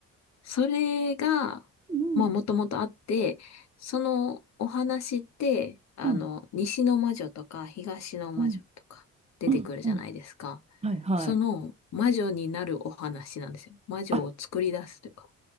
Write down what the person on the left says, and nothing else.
それが、
まあ、もともとあって、そのお話って、あの、
西の魔女とか東の魔女とか出てくるじゃないですか。
その魔女になるお話なんですよ。魔女を作り出すというか。